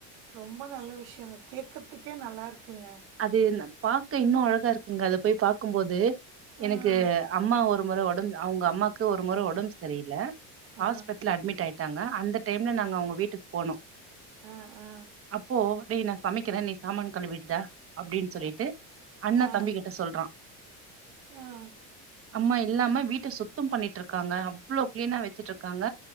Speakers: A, on the right; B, on the right.
A: ரொம்ப நல்ல விஷியங்க கேக்குறதுக்கே நல்லா இருக்குங்க
B: அது பாக்க இன்னு அழகா இருக்குங்க அதை போய் பாக்கும்போது எனக்கு
A: ஆ
B: அம்மா ஒரு முறை ஒடம்பு அவுங்க அம்மாக்கு ஒரு முறை ஒடம்பு சரியில்ல
A: ஆ
B: ஹாஸ்பிட்டல்ல அட்மிட் ஆயிட்டாங்க அந்த டைம்ல நாங்க அவுங்க வீட்டுக்கு போனோ
A: ஆ ஆ
B: அப்போ டேய் நா சமைக்கிறே நீ சாமான் கழுவிடுடா அப்படின்னு சொல்லிட்டு அண்ணா
A: ஆ
B: தம்பி கிட்ட சொல்றா
A: ஆ
B: அம்மா இல்லாம வீட்ட சுத்தம் பண்ணிட்டு இருக்காங்க அவ்வளோ கிளீனா வச்சிட்டு இருக்காங்க